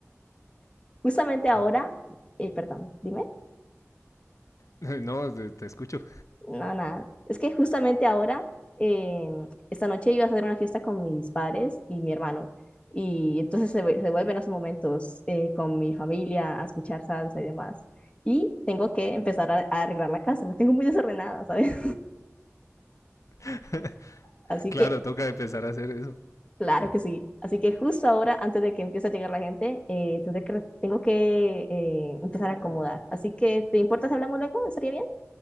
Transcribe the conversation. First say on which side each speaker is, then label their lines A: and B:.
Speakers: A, on the left; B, on the left.
A: <laughs> Justamente ahora,
B: <laughs>
A: eh, perdón, dime.
B: No, te te escucho.
A: No, nada. Es que justamente ahora, eh, esta noche iba a hacer una fiesta con mis padres y mi hermano. Y entonces se, vu- se vuelven esos momentos eh, con mi familia a escuchar salsa y demás. Y tengo que empezar a, a arreglar la casa. La tengo muy desordenada, ¿sabes?
B: <laughs>
A: <laughs> Así
B: Claro,
A: que,
B: toca empezar a hacer eso.
A: claro que sí. Así que justo ahora, antes de que empiece a llegar la gente, eh, tendré que, re- tengo que eh, empezar a acomodar. Así que, ¿te importa si hablamos luego? ¿Estaría bien?